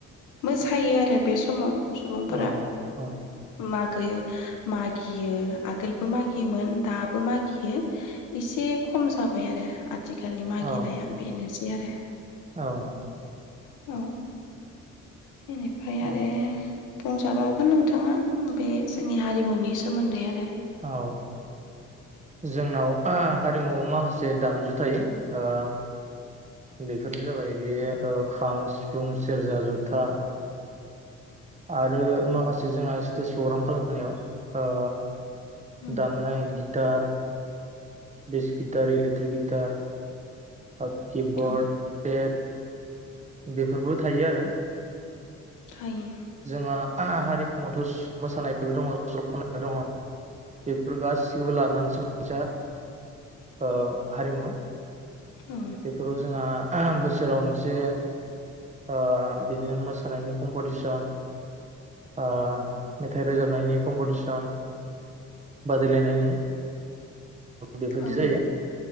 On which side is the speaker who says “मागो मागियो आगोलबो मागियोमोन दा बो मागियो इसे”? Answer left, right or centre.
Left